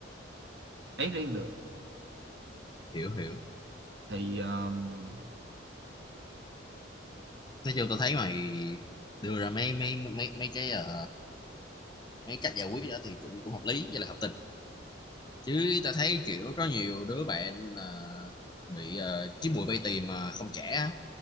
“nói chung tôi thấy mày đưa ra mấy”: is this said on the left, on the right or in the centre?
Left